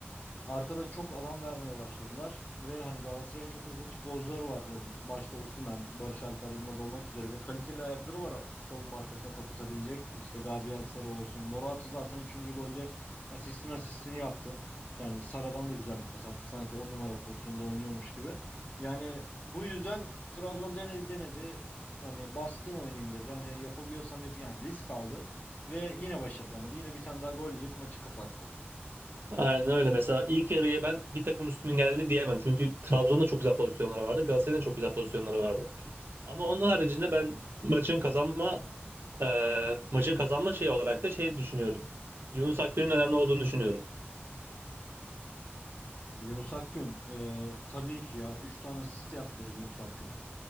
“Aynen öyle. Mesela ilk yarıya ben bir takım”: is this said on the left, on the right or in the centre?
Right